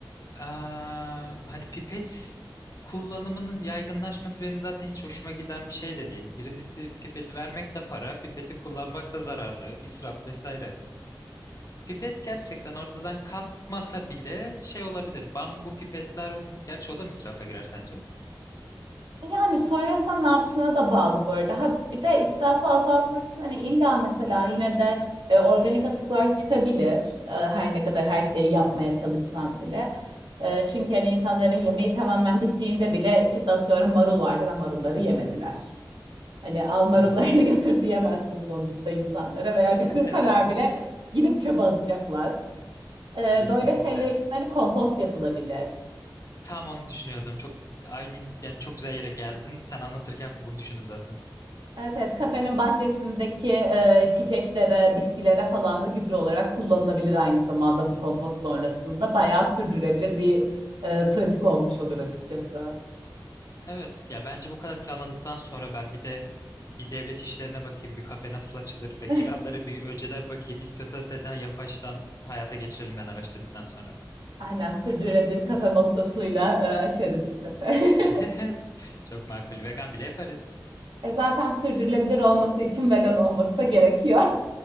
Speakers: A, on the left; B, on the right.
A: Aa, hani pipet kullanımının yaygınlaşması benim zaten hiç hoşuma giden bir şey de değil. Birincisi pipeti vermek de para, pipeti kullanmak da zararlı, israf vesaire. Pipet gerçekten ortadan kalkmasa bile şey olabilir. Bambu pipetler, gerçi o da mı israfa girer sence?
B: Yani sonrasında ne yaptığına da bağlı bu arada. Ha, bir de israfı azaltmak için hani illa mesela yine de e, organik atıklar çıkabilir. E, her ne kadar her şeyi yapmaya
A: Hı hı.
B: çalışsan bile. E, çünkü hani insanların yemeği tamamen bittiğinde bile içinde atıyorum marul vardı ve marulları yemediler. Hani al marullarını
A: Hmm.
B: <laughs> götür diyemezsin sonuçta insanlara veya
A: <laughs>
B: götürseler
A: Evet.
B: bile gidip çöpe atacaklar. E,
A: Kesinlikle.
B: böyle şeyler için hani kompost yapılabilir.
A: Tam onu düşünüyordum. Çok aynı yani çok güzel yere geldin. Sen anlatırken bunu düşündüm zaten.
B: Evet evet kafenin bahçesindeki e, çiçeklere, bitkilere falan da gübre olarak kullanılabilir aynı zamanda bu kompost sonrasında. Bayağı sürdürülebilir bir e, pratik olmuş olur açıkçası.
A: Evet ya bence bu kadar planladıktan sonra ben bir de bir devlet işlerine bakayım. Bir kafe nasıl açılır ve
B: <laughs>
A: <laughs> kiralara bir önceden bakayım. İstiyorsan sen daha yavaştan hayata geçirelim ben araştırdıktan sonra.
B: Aynen sürdürülebilir kafe mottosuyla e, açarız bir kafe. <laughs>
A: <laughs> Çok makul. Vegan bile yaparız.
B: E zaten sürdürülebilir olması için vegan olması da gerekiyor.